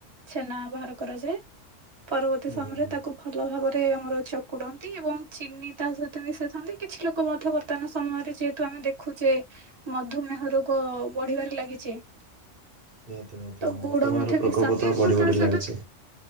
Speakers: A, on the right; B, on the right.
A: ଛେନା ବାହାର କରାଯାଏ ପରବର୍ତ୍ତୀ
B: ହୁଁ
A: ସମୟରେ
B: ହୁଁ ହୁଁ
A: ତାକୁ ଭଲ ଭାବରେ ଆମର ଚକୁଡନ୍ତି ଏବଂ ଚିନି ତା ସହିତ ମିଶାଇଥାନ୍ତି କିଛି ଲୋକ ମଧ୍ୟ ବ ବର୍ତମାନ ସମୟରେ ଯେହେତୁ ଆମେ ଦେଖୁଚେ ମଧୁମେହ ରୋଗ ବଢିବାରେ ଲାଗିଛି।
B: ନିହାତି ନିହାତି
A: ତ
B: ହଁ
A: ଗୁଡ
B: ମଧୁମେହର
A: ମଧ୍ୟ
B: ପ୍ରକୋପ
A: ମିଶାନ୍ତି
B: ତ
A: ଏବଂ
B: ବଢ଼ି ବଢ଼ି
A: ତା ସହିତ
B: ଲାଗିଛି।